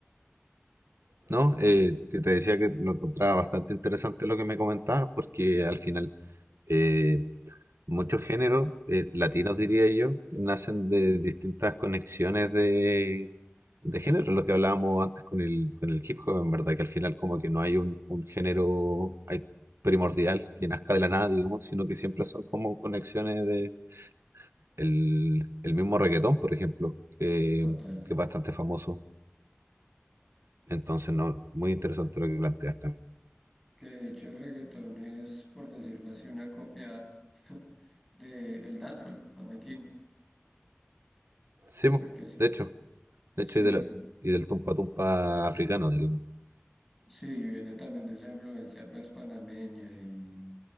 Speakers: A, on the right (about 70°); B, in the centre.
A: No, eh, que te decía que lo encontraba bastante interesante lo que me comentabas, porque al final eh, Muchos géneros, eh, latinos diría yo, nacen de distintas conexiones de, de género, lo que hablábamos antes con el, con el hip hop, en verdad, que al final como que no hay un, un género hay primordial que nazca de la nada, digamos, sino que
B: <laughs>
A: siempre son como conexiones de el, el mismo reggaetón, por ejemplo, que,
B: Total.
A: que es bastante famoso. Entonces, no, muy interesante lo que planteas también.
B: que de hecho el reggaetón es, por decirlo así, una copia <laughs> del dancehall jamaiquino,
A: Sí, po,
B: porque sí,
A: de hecho, de
B: sí,
A: hecho, y, de la- y del tumpa tumpa africano, digamos.
B: sí, viene también de esa influencia pues panameña y,